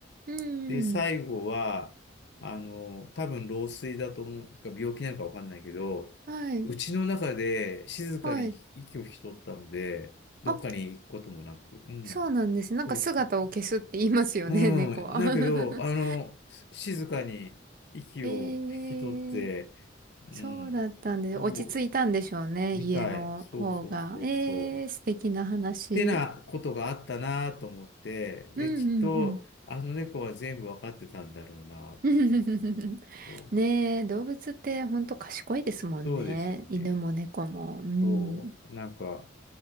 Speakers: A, on the right; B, on the left.
A: うん。
B: で、最後は、あの、多分老衰だと思う、か病気なのかわかんないけど、
A: はい。
B: うちの中で静かに息を引き取ったので、
A: はい。
B: どっかに行くこともなく、
A: あ、
B: うん。
A: そうなんです。なんか姿を消すって言いますよね、
B: そうそううん。
A: 猫は。
B: だけど、
A: <laughs>
B: あの、し静かに息を引き取って、
A: えー、
B: うん、
A: そうだったんです。
B: おう。
A: 落ち着いたんでしょうね、
B: みたい。
A: 家の方が。
B: そうそうそうそう。
A: えー、素敵な話。
B: ってなことがあったなと思って、で、
A: うんうん
B: きっと、あの猫は全部わかってたんだろうな
A: うん。<laughs>
B: と。
A: ねえ、動物ってほんと賢いですもんね。
B: そうですよね。
A: 犬も猫も。うん。
B: そう。なんか、